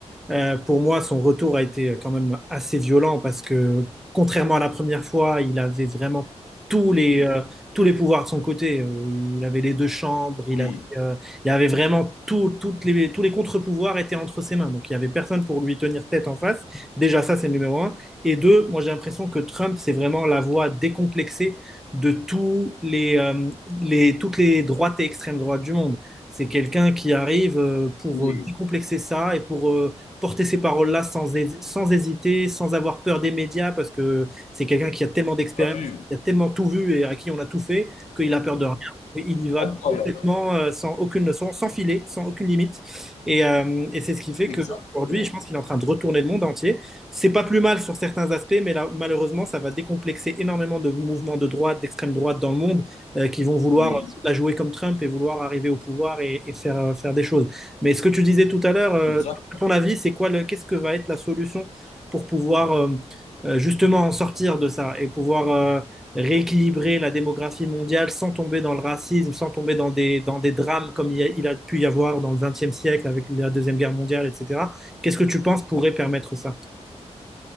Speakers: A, in the centre; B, on the left.
A: euh, pour moi son retour a été euh, quand même assez violent parce que contrairement à la première fois, il avait vraiment tous les
B: oui,
A: euh, tous les pouvoirs de son côté. Euh, il avait les deux chambres, il
B: oui,
A: avait euh, il avait vraiment tout, toutes les tous les contre-pouvoirs étaient entre ses mains. Donc il y avait personne pour lui tenir tête en face. Déjà ça c'est le numéro un. Et deux, moi j'ai l'impression que Trump c'est vraiment la voix décomplexée de tous les, euh, les, toutes les droites et extrêmes droites du monde. C'est quelqu'un qui arrive euh, pour
B: oui,
A: euh, décomplexer ça et pour euh, porter ces paroles-là sans, hés- sans hésiter, sans avoir peur des médias, parce que c'est quelqu'un qui a tellement d'expérience,
B: oui.
A: qui a tellement tout vu et à qui on a tout fait, qu'il a peur de rien. Il y va
B: Incroyable.
A: complètement euh, sans aucune leçon, sans filet, sans aucune limite. Et, euh, et c'est ce qui fait
B: Exactement.
A: qu'aujourd'hui, je pense qu'il est en train de retourner le monde entier. C'est pas plus mal sur certains aspects, mais là, malheureusement, ça va décomplexer énormément de mouvements de droite, d'extrême droite dans le monde, euh, qui vont vouloir
B: Oui,
A: la jouer comme Trump et vouloir arriver au pouvoir et, et faire, euh, faire des choses. Mais ce que tu disais tout à l'heure, euh,
B: exact.
A: ton avis, c'est quoi le, qu'est-ce que va être la solution pour pouvoir euh, euh, justement en sortir de ça et pouvoir euh, rééquilibrer la démographie mondiale sans tomber dans le racisme, sans tomber dans des, dans des drames comme il y a, il a pu y avoir dans le XXe siècle avec la Deuxième Guerre mondiale, etc. Qu'est-ce que tu penses pourrait permettre ça?